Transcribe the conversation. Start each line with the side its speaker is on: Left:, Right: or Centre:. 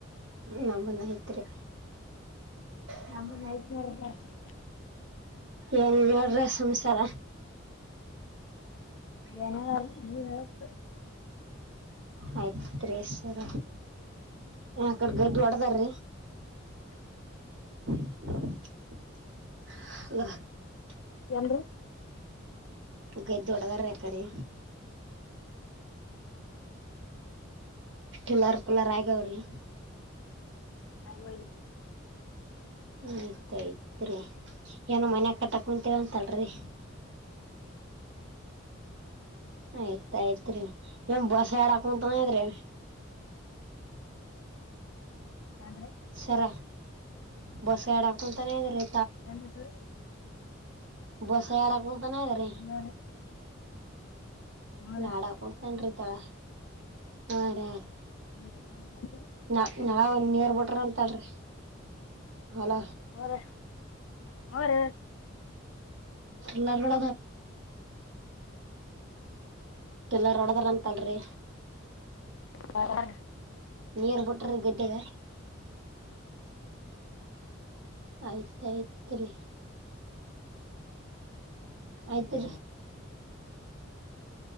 Right: ನ ನೈತ್ರಿ ನ
Left: ನಮ್ಮೂದ್ ಆಯ್ತ್ ನೋಡ್ರಿ ಸರ್
Right: ಏನ್ ಹೇಳೋ್ರ ಸಂಸಾರ. ಹ.
Left: ಏನಾದ್ರಿ ನೀವ್ ಹೇಳ್ಬೇಕ್ರಿ
Right: ಆಯ್ತ್ುೇಸರ. ಯ ಕಡೆಗ್ದ ಹೊಡದಾರಿ.
Left: <unintelligible>
Right: ಅ <unintelligible>
Left: ಹೆನ್ ರೀ.
Right: ಗೈ ದೊಡಗಾರ ಎ ಕಡೆ. ಿಲ್ಲಾರಕುಲ್ಲ ರಾಯಗಾವರಿ.
Left: ಹದು.
Right: ಆಯ್ತಾಯ್ತ್ರಿ ಏನೋ ಮನ್ಯ ಕಟ್ಟಾಕ್ ಮಂತಂತಲ್ರಿ. ಆಯ್ತಾಯ್ತ್ರಿೀ ಇವನ್ ಬಸ್ ಆಡಾಕಂತನ್ರಿ.
Left: ಏನ್ರಿ
Right: ಸರ ಬಸ್ ಎಡಾಕಂತಾನೇ ಇದ್ರೀ.
Left: ಏನ್ೀ ಸರ್.
Right: ಬಸ ಯಾರಕ್ಕಂತಾನ ಅ ರೀ.
Left: ಎಲ್ಲಾರಿ ಹೂರಿ
Right: ಲಾಡಕಂತನ್ಿ ಇರ್ತಾಳ ಹಾ ರ.
Left: ಹ್ಮ್್ಮ <unintelligible>
Right: ನಾ ನಳ ಒಂದ ನೀರ್ ಬಿಟ್ರ ಅಂತಲ್ರಿ. ಹೊಲ
Left: ಅವರ ಅವರ.
Right: ಟಲ್ಲಾರಳ. ಕೆಲ್ಲಾರಡದಾರ ಅಂತಲ್ರಿ.
Left: ಹೂರಿ
Right: ನೀಿಯರ್ ಬಿುಟ್ರ ಗದ್ದಗೆ. ಆಯ್ತಾಯ್ತ್ ರರಿ. ಆಯ್ತೀ